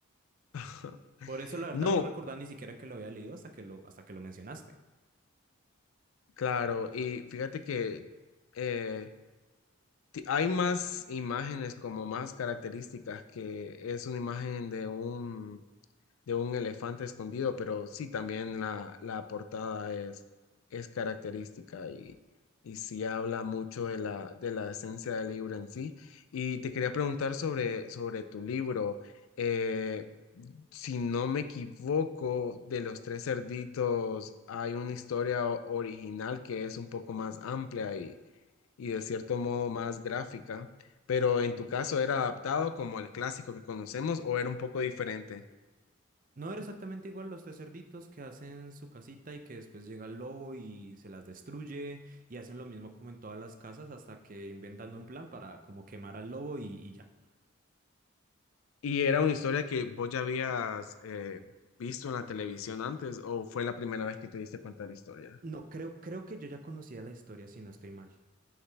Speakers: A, on the left (about 80°); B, on the right (about 40°).
A: <laughs>
B: Por eso, la verdad,
A: No,
B: no recordaba ni siquiera que lo había leído hasta que lo, hasta que lo mencionaste.
A: claro, y fíjate que eh, ti- hay más imágenes como más características que es una imagen de un de un elefante escondido, pero sí, también la, la portada es, es característica y, y sí habla mucho de la, de la esencia del libro en sí. Y te quería preguntar sobre, sobre tu libro. Eh, si no me equivoco, de los tres cerditos hay una historia o- original que es un poco más amplia y, y de cierto modo más gráfica, pero en tu caso era adaptado como el clásico que conocemos o era un poco diferente.
B: No era exactamente igual los tres cerditos que hacen su casita y que después llega el lobo y se las destruye y hacen lo mismo como en todas las casas hasta que inventan un plan para como quemar al lobo y, y ya.
A: ¿Y era una historia que vos ya habías eh, visto en la televisión antes o fue la primera vez que te diste cuenta de la historia?
B: No, creo, creo que yo ya conocía la historia si no estoy mal,